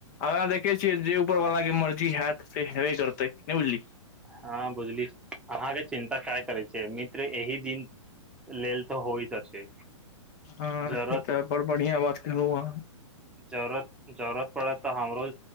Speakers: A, on the left; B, in the centre.
A: आगाँ देखे छियै जे ऊपर वाला के मर्जी हयत से हेबे करतै नहि बुझलि
B: हँ बुझली अहाँके चिन्ता क करै छियै मित्र एहि दिन लेल तऽ होइत अछि
A: हँ
B: जरूरत
A: ई तऽ बड़ बढ़िआ बात कहलहु आहाँ
B: जरूरत पड़त तऽ हमरो